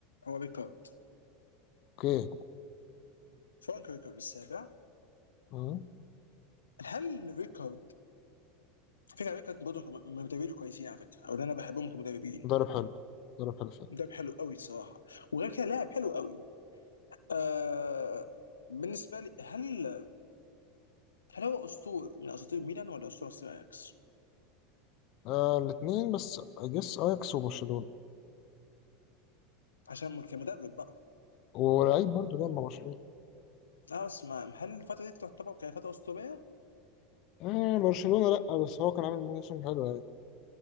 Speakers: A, on the left; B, on the left.
A: هو ريكارد
B: اوكي
A: فرانك ريكارد السابع
B: مم.
A: هل ريكارد فكرة على فكرة برضه من المدربين الكويسين على فكرة أو اللي أنا بحبهم كمدربين
B: ضرب حلو ضرب حلو فعلا
A: مدرب حلو قوي الصراحة وغير كده لاعب حلو قوي آه بالنسبة لي هل هل هو أسطورة من أساطير ميلان ولا أسطورة أساطير أياكس؟
B: آه الاتنين بس اجس اياكس وبرشلونة
A: عشان كمدرب بقى
B: ولعيب برضه لعب مع برشلونة
A: أنا بس ما هل الفترة دي تعتبر كفترة أسطورية؟
B: آه برشلونة لأ بس هو كان عامل موسم حلو يعني